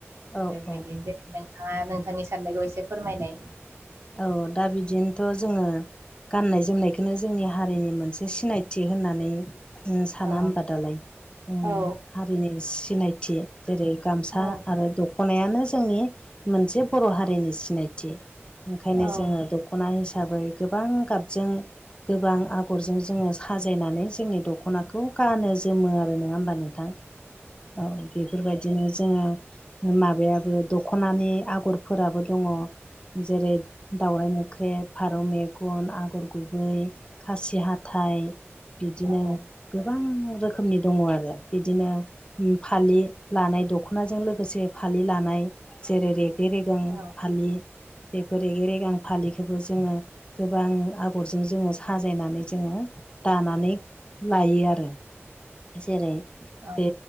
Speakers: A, on the left (about 20°); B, on the right (about 75°).
A: औ
B: बेबायदि
A: औ औ
B: दिेनै नोंथाङा नोंथांनि साननायखौ एसे फोरमायनाय।
A: औ दा बिदिनोथ' जोङो गाननाय जोमनायखौोजोंनि हारिनि मोनसे सिनायथि होननानै जोङो साना
B: औ
A: होमबा दालाय।
B: औ
A: हारिनि सिनायथि जेरै गामसा
B: औ
A: आरो दख नायानो जोंनि मोनसे बर' हारिनि सिनायथि। ओंखायनो
B: औ
A: जोङो दख'ना हिसाबै गोबां गाबजों गोबां आगरजों जोङो साजायनानै जोंनि दख'नाखौ गानो जोमो आरो नङा होमबा नोंथां औ बेफोरबायदि बिदिनो जोङो माबायाबो दख'नानि आगरफोराबो दङ जेरै दावराइ मोख्रेब फारौ मेगन आगर गुबै खासि हाथाइ बिदिनो
B: औ
A: गोबां रोखोमनि दङ आरो बिदिनो फालि लानाय दखनाजों लोगोसे फालि लानाय जेरै रै रेगे रेगां
B: औ
A: फालि बेफोरखौ रेगां फालिखौबो जोङो गोबां आगरजों जोङो साजायनानै जोङो दानानै लायो आरो जेरै
B: औ
A: बे